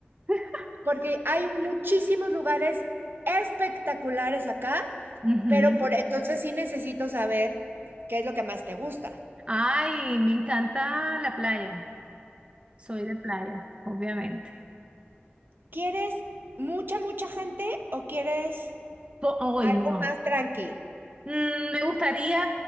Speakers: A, on the right; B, on the right.
A: <laughs>
B: porque hay muchísimos lugares espectaculares acá,
A: Ujú.
B: pero por entonces sí necesito saber qué es lo que más te gusta.
A: Ay, me encanta la playa. Soy de playa, obviamente.
B: ¿Quieres mucha, mucha gente o quieres
A: Po- Hoy
B: algo
A: no.
B: más tranqui?
A: Mm, me gustaría